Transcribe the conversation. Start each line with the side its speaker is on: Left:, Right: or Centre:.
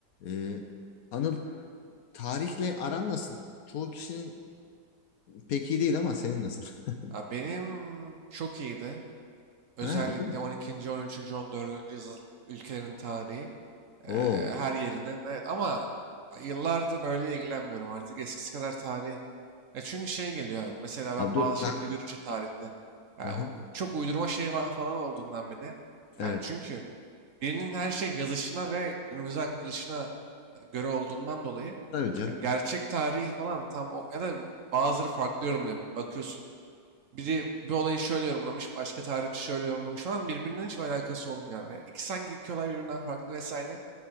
Left: Ee, Anıl tarihle aran nasıl? Çoğu kişinin pek iyi değil ama senin nasıl? <laughs>
Right: Ya benim çok iyiydi. Özellikle
Left: Ha, öyle mi?
Right: 12. 13. 14. yüzyıl ülkelerin tarihi. eee,
Left: Oo.
Right: her yerinden evet ama yıllardır öyle ilgilenmiyorum artık eskisi kadar tarih. Ya çünkü şey geliyor abi, mesela
Left: Abi
Right: ben
Left: dur.
Right: bazı
Left: Ben-
Right: şeyleri görünce tarihte ya
Left: Hı hı.
Right: o çok uydurma şey fa- falan olduğundan bir de.
Left: Evet.
Right: Yani çünkü birinin her şey yazışına ve günümüze aktarışına e, göre olduğundan dolayı
Left: Tabii canım.
Right: ya gerçek tarih falan tam o ya da bazıları farklı yorumluyor. Bakıyorsun biri bir olayı şöyle yorumlamış, başka tarihçi şöyle yorumlamış falan. Birbirinden hiçbir alakası olmuyor abi. İki sanki iki olay birbirinden farklı vesaire.